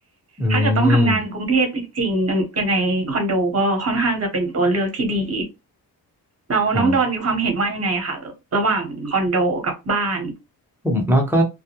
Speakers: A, in the centre; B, on the right.
A: อืม
B: ถ้าเกิดต้องทำงานกรุงเทพจริงๆมันยังไงคอนโดก็ค่อนข้างจะเป็นตัวเลือกที่ดี แล้วน้องดอนมีความเห็นว่ายังไงคะระหว่างคอนโดกับบ้าน
A: ครับ ผมว่าก็